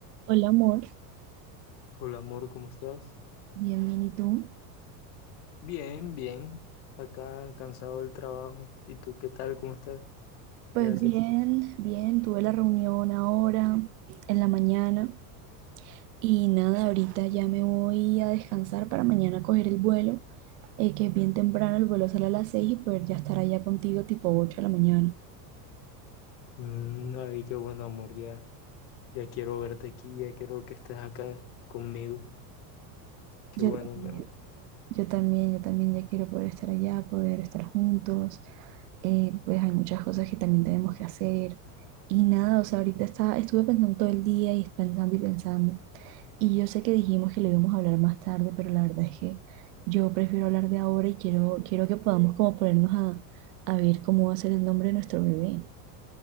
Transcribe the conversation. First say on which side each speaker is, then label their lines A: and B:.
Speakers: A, on the right; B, on the left.
A: Hola, amor.
B: Hola amor, ¿cómo estás?
A: Bien, bien, ¿y tú?
B: Bien, bien. Acá cansado del trabajo. ¿Y tú qué tal? ¿Cómo estás?
A: Pues
B: ¿Qué haces?
A: bien, bien, tuve la reunión ahora en la mañana y nada, ahorita ya me voy a descansar para mañana coger el vuelo, eh, que es bien temprano, el vuelo sale a las 6 y poder ya estar allá contigo tipo 8 de la mañana.
B: Mm, ay, qué bueno amor, ya. Ya quiero verte aquí, ya quiero que estés acá conmigo. Qué
A: Yo
B: bueno,
A: también,
B: mi amor.
A: yo también, yo también ya quiero poder estar allá, poder estar juntos, eh, pues hay muchas cosas que también tenemos que hacer y nada, o sea, ahorita está, estuve pensando todo el día y pensando y pensando. Y yo sé que dijimos que lo íbamos a hablar más tarde, pero la verdad es que yo prefiero hablar de ahora y quiero, quiero que podamos como ponernos a, a ver cómo va a ser el nombre de nuestro bebé.